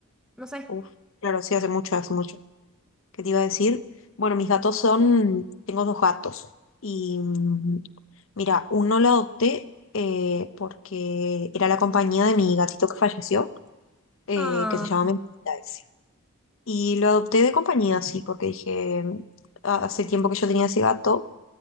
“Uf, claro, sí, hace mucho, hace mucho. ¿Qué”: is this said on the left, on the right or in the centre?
Left